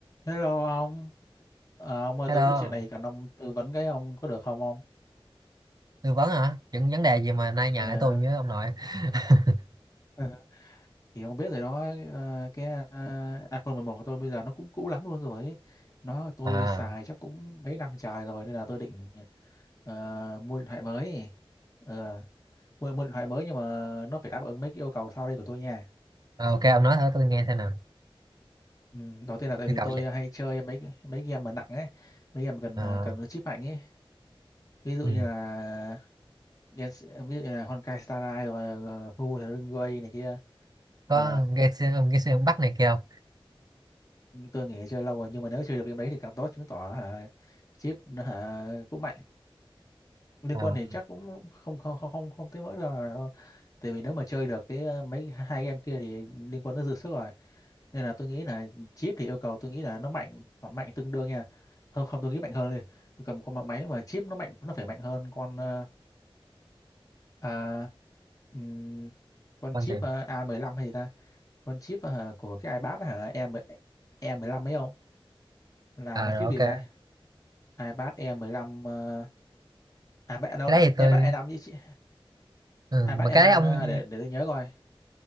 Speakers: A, on the left; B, on the right.
A: Hello ông, à, ông ơi
B: Hello,
A: tôi có chuyện này cần ông tư vấn cái ông có được không ông?
B: tư vấn hả? Những vấn đề gì mà nay nhờ
A: Ờ,
B: tới tôi với ông nội? <laughs>
A: Ừ. Thì ông biết rồi đó, ờ, cái à, iPhone 11 của tôi bây giờ nó cũng cũ lắm luôn rồi ấy. Nó tôi
B: À,
A: xài chắc cũng mấy năm trời rồi nên là tôi định ờ, mua điện thoại mới. Ờ, mua, mua điện thoại mới nhưng mà nó phải đáp ứng mấy cái yêu cầu sau đây của tôi nha.
B: ờ, ok ông nói thử tôi nghe xem nào.
A: Ừ, đầu tiên là tại
B: Yêu
A: vì
B: cầu
A: tôi
B: gì?
A: hay chơi mấy mấy game mà nặng ấy, mấy game cần
B: À,
A: ờ, cần chip mạnh ấy. Ví dụ
B: ừ.
A: như là Gen, ví dụ như là Honkai Star Rail rồi rồi Hu Thring Way này kia
B: Có
A: ừ,
B: nghe xuyên ông nghe xuyên ông Bắc này kia không?
A: nhưng tôi nghĩ chơi lâu rồi nhưng mà nếu chơi được game đấy thì càng tốt chứng tỏ hả chip nó hả cũng mạnh liên
B: À,
A: quan thì chắc cũng không không không không, không tới mức đâu là đâu tại vì nếu mà chơi được cái ờ, mấy hai game kia thì liên Quân nó dư sức rồi nên là tôi nghĩ là chip thì yêu cầu tôi nghĩ là nó mạnh hoặc mạnh tương đương nha không không tôi nghĩ mạnh hơn đi tôi cầm một con máy mà chip nó mạnh nó phải mạnh hơn con ờ, à, ừm, con
B: con
A: chip
B: gì?
A: ờ, a mười lăm hay gì ta con chip ờ, của cái iPad hả em e mười lăm ấy không là
B: À,
A: là
B: rồi
A: chip
B: ok.
A: gì
B: Cái
A: ta iPad E15 ờ, à bạ- đâu
B: đấy thì
A: iPad
B: tôi
A: e năm chứ chị
B: ừ.
A: iPad
B: mà
A: e
B: cái
A: năm
B: đấy ông
A: ờ, để để tôi nhớ coi